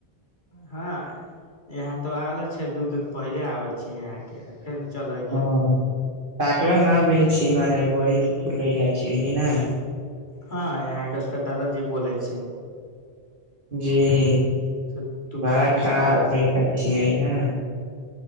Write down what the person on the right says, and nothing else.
हँ ताकला न भेलेल छी मने बड़ी तुतू लै गा छै बुझ न <unintelligible>
जी
बड़ा
खराब
है
<unintelligible> छियै ने